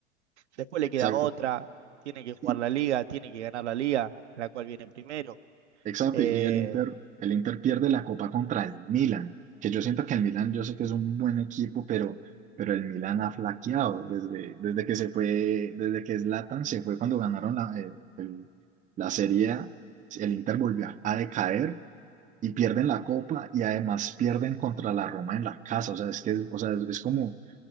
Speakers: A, on the right; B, on the right.
A: Después le
B: Exacto.
A: queda otra. Tiene que jugar
B: Y-
A: la Liga, tiene que ganar la Liga, la cual viene primero.
B: exacto.
A: Eh,
B: Y el Inter, el Inter pierde la Copa contra el Milan, que yo siento que el Milan, yo sé que es un buen equipo, pero, pero el Milan ha flaqueado desde, desde que se fue, desde que Zlatan se fue cuando ganaron la, el- el- la Serie A, el Inter volvió a decaer y pierden la copa y además pierden contra la Roma en la casa. O sea, es que es, o sea, es es como,